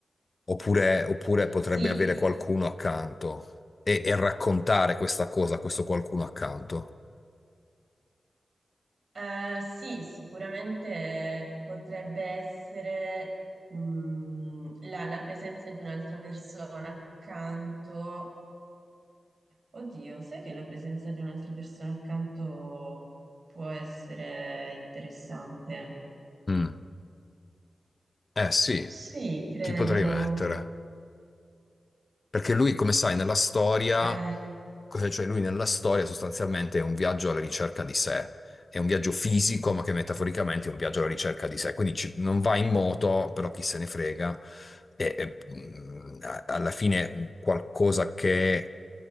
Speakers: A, on the left; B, on the right.
A: Oppure, oppure potrebbe
B: Sì,
A: avere qualcuno accanto e, e raccontare questa cosa a questo qualcuno accanto.
B: eh, sì, sicuramente potrebbe essere mm, la, la presenza di un'altra persona accanto. Oddio, sai che la presenza di un'altra persona accanto può essere interessante?
A: Mm. Eh sì,
B: Sì, credo.
A: chi potrei mettere? Perché lui, come sai, nella storia,
B: Eh,
A: cosa- cioè lui nella storia sostanzialmente è un viaggio alla ricerca di sé, è un viaggio fisico, ma che metaforicamente è un viaggio alla ricerca di sé, quindi ci- non va in moto, però chi se ne frega, e, e, mm, a- alla fine qualcosa che